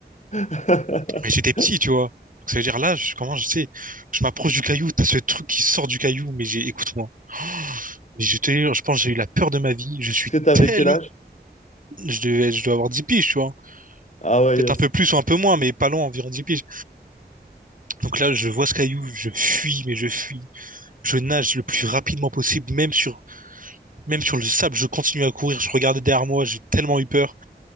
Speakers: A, on the left; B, on the right.
A: <laughs>
B: Mais j'étais petit, tu vois. Donc, ça veut dire là, je, comment je sais, je m'approche du caillou, t'as ce truc qui sort du caillou, mais j'ai, écoute-moi. Mais je te jure, je pense que j'ai eu la peur de ma vie. Je suis
A: Est-ce que t'avais
B: tellement,
A: quel âge?
B: je devais, je dois avoir 10 piges, tu vois.
A: Ah ouais,
B: Peut-être
A: yes.
B: un peu plus ou un peu moins, mais pas loin, environ 10 piges. Donc là, je vois ce caillou, je fuis, mais je fuis. Je nage le plus rapidement possible, même sur, même sur le sable, je continue à courir. Je regardais derrière moi, j'ai tellement eu peur.